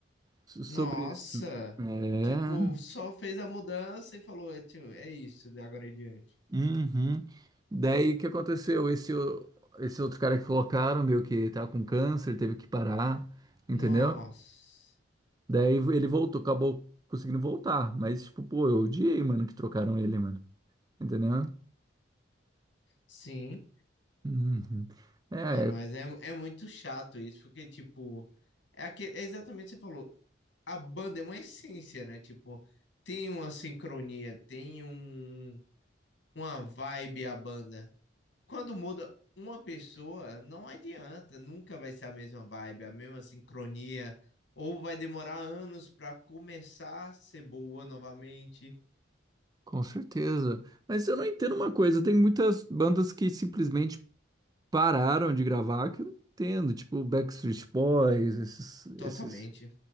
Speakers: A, on the right (about 20°); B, on the left (about 65°).
A: So- Sobre
B: Nossa.
A: isso. É.
B: Tipo, só fez a mudança e falou, "Tio, é isso, de agora em diante.
A: Uhum. Daí o que aconteceu? Esse, o- esse outro cara que colocaram, meio que tá com câncer, teve que parar, entendeu?
B: Nossa.
A: Daí ele voltou, acabou conseguindo voltar. Mas, tipo, pô, eu odiei, mano, que trocaram ele, mano. Entendeu?
B: Sim.
A: Uhum. É,
B: Mano, mas é, é muito chato isso, porque, tipo, é, aque- é exatamente o que você falou. A banda é uma essência, né? Tipo, tem uma sincronia, tem um, uma vibe a banda. Quando muda uma pessoa, não adianta, nunca vai ser a mesma vibe, a mesma sincronia, ou vai demorar anos pra começar a ser boa novamente,
A: com certeza. Mas eu não entendo uma coisa, tem muitas bandas que simplesmente pararam de gravar que eu não entendo, tipo Backstreet Boys, esses,
B: totalmente.
A: esses.